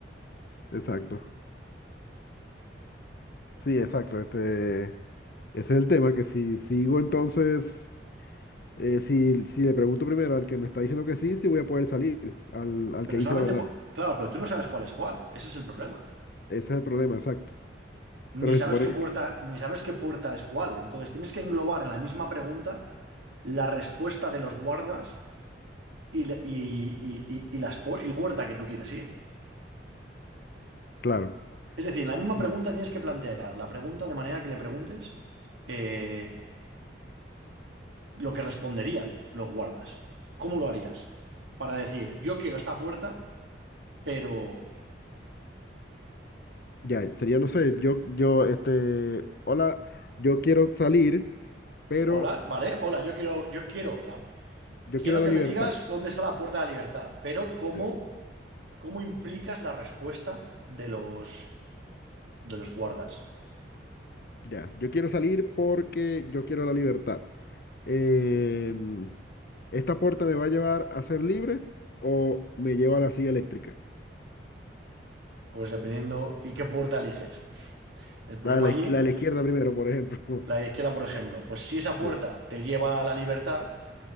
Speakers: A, on the left; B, on the right.
A: <laughs> exacto. Sí, exacto. Este, ese es el tema, que si sigo entonces, eh, si, si le pregunto primero al que me está diciendo que sí, sí voy a poder salir, al, al
B: Pero
A: que dice
B: solamente...
A: la verdad.
B: po- Claro, pero tú no sabes cuál es cuál. Ese es el problema.
A: Ese es el problema, exacto. Pero
B: Ni
A: se
B: sabes
A: supone
B: qué
A: que,
B: puerta, ni sabes qué puerta es cuál. Entonces tienes que englobar en la misma pregunta la respuesta de los guardas y, la- y- y- y- y las pu- y la puerta que tú quieres ir.
A: claro,
B: Es decir, en la misma pregunta
A: no,
B: tienes que plantear la pregunta de manera que le preguntes eh, lo que responderían los guardas. ¿Cómo lo harías? Para decir, yo quiero esta puerta, pero
A: ya, sería, no sé, yo, yo, este, hola, yo quiero salir, pero
B: hola, vale, hola, yo quiero, yo quiero la
A: yo
B: quiero
A: quiero la
B: que
A: libertad.
B: me digas dónde está la puerta de la libertad, pero ¿cómo,
A: Eh,
B: cómo implicas la respuesta de los de los guardas?
A: Ya, yo quiero salir porque yo quiero la libertad. eh, ¿esta puerta me va a llevar a ser libre o me lleva a la silla eléctrica?
B: Pues dependiendo y qué puerta eliges. El problema
A: La de la,
B: allí,
A: iz- la de la
B: eh,
A: izquierda primero, por ejemplo.
B: la
A: <laughs>
B: de izquierda, por ejemplo, pues si esa puerta
A: Sí,
B: te lleva a la libertad,